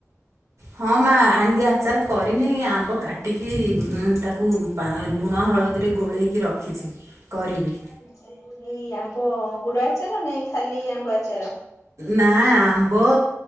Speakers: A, on the right; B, on the left.
A: ହଁ ମା ଆଣିକି ଆଚାର କରିନି ଆମ୍ବ କାଟ କାଟିକି ତାକୁ ଲୁଣ ହଳଦୀରେ ଗୋଳେଇକି ରଖିଛି କରିବି।
B: ଖାଲି ଆଚାର ଏଇ ଆମ୍ବ ଗୁଡ ଆଚାର ନାଇଁ ଖାଲି ଆମ୍ବ ଆଚାର।
A: ନାଁ ଆମ୍ବ